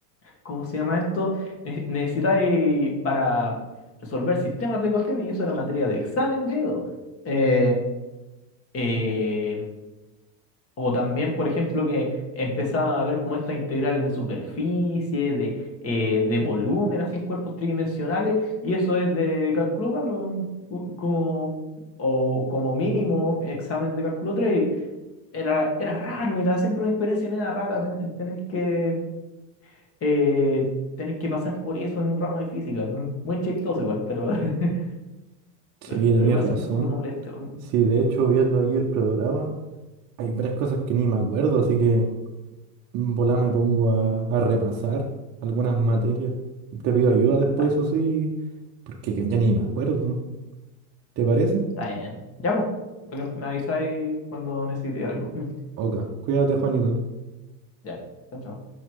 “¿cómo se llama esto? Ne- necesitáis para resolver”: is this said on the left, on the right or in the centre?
Left